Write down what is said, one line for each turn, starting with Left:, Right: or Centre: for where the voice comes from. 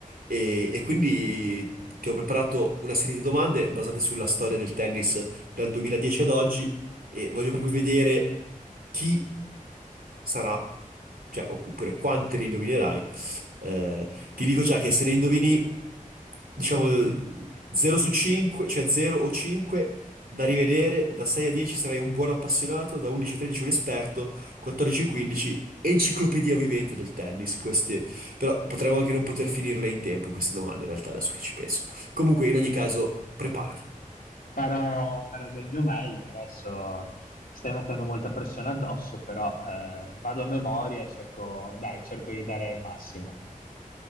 Right: e, e quindi ti ho preparato una serie di domande basate sulla storia del tennis dal 2010 ad oggi e voglio proprio vedere chi sarà, cioè, oppure quante ne indovinerai. Eh, ti dico già che se ne indovini, diciamo,
Left: Mm,
Right: 0 su 5, cioè 0 o 5, da rivedere, da 6 a 10 sarai un buon appassionato, da 11 a 13 un esperto, 14 a 15 enciclopedia vivente del tennis, queste, però potremmo anche non poter finirle in tempo queste domande, in realtà, adesso che ci penso. Comunque, in ogni caso, preparati.
Left: Farò, farò del mio meglio, adesso stai mettendo molta pressione addosso, però eh, vado a memoria e cerco, dai, cerco di dare il massimo.